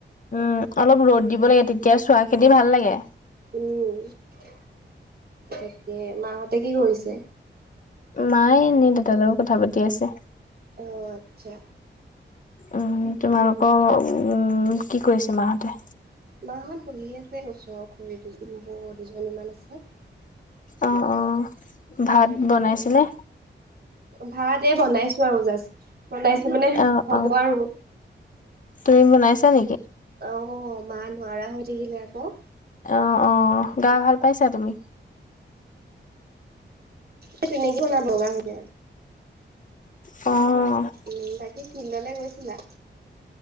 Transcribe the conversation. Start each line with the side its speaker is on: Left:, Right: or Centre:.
Left: উম অলপ ৰ'দ দিব লাগে তেতিয়া চোৱা খেদি ভাল লাগে।
Right: উম তাকে মা হঁতে কি কৰিছে।
Left: মায়ে এনেই দেউতাৰ লগত কথা পাতি আছে।
Right: অ' আচ্ছা
Left: উম তোমালোকৰ উম কি কৰিছে মা হতে
Right: মাহত বহি আছে ওচৰ খুৰী দু বৌ দুজনীমান আছে
Left: অ', অ', ভাত বনাইছে নে
Right: ভাত এই বনাইছো আৰু জাষ্ট বনাইছো মানে
Left: অ',
Right: হ'ব
Left: অ'।
Right: আৰু
Left: তুমি বনাইছা নেকি।
Right: অ' মা নোৱাৰা হৈ থাকিলে আকৌ।
Left: অ' অ' গা ভাল পাইছা তুমি
Right: এই তেনেকে বনাম বগা সৈতে
Left: অ'
Right: উম বাকী ফিল্ডলৈ গৈছিলা।